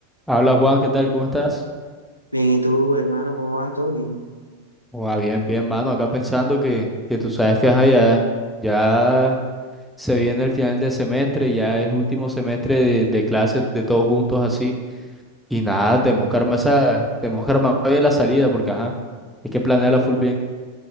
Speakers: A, in the centre; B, on the left.
A: Habla Juan, ¿qué tal? ¿Cómo estás?
B: Bien, ¿y tú, hermano, cómo vas? ¿Todo bien?
A: Ua, bien, bien, mano. Acá pensando que, que tú sabes que ajá, ya, ya se viene el final del semestre, ya es último semestre de, de clases de todos juntos así. Y nada, tenemos que armar esa, tenemos que armar bien la salida porque ajá, hay que planearla full bien.